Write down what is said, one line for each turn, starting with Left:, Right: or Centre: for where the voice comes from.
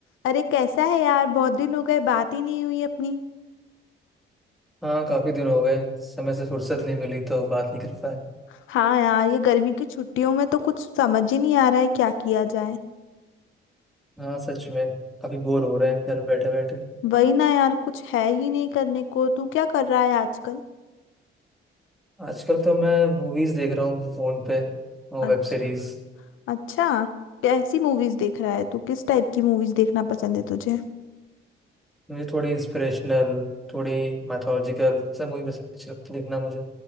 Left: अरे कैसा है यार बहुत दिन हो गए बात ही नहीं हुई अपनी
Centre: हाँ काफी दिन हो गए समय से फुर्सत नहीं मिली तो बात नहीं कर पाए
Left: हाँ यार ये गर्मी की छुट्टियों में तो कुछ समझ ही नहीं आ रहा है क्या किया जाए
Centre: हाँ सच में काफी बोर हो रहे हैं घर में बैठे बैठे
Left: वही ना यार कुछ है ही नहीं करने को तू क्या कर रहा है आजकल
Centre: आजकल तो मैं मूवीज देख रहा हूँ फोन पे और
Left: अच्छा
Centre: वेब सीरीज
Left: अच्छा कैसी मूवीज देख रहा है तू किस टाइप की मूवीज देखना पसंद है तुझे
Centre: मुझे थोड़ी इंस्पिरेशनल थोड़ी मैथोलॉजिकल सब मूवी बस अच्छी लगती है देखना मुझे